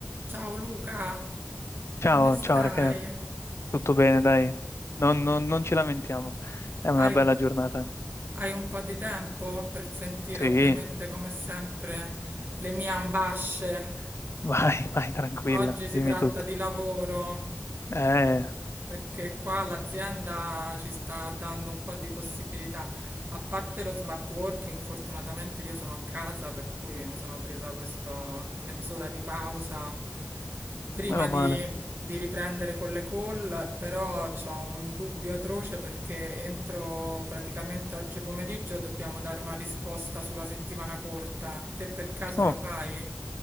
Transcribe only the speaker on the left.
Ciao,
ciao Rachele, tutto bene, dai, non, non- non ci lamentiamo, è una
bella
giornata.
Sì,
<laughs> vai, vai, tranquilla,
dimmi
tutto.
Eh,
meno
male.
Oh,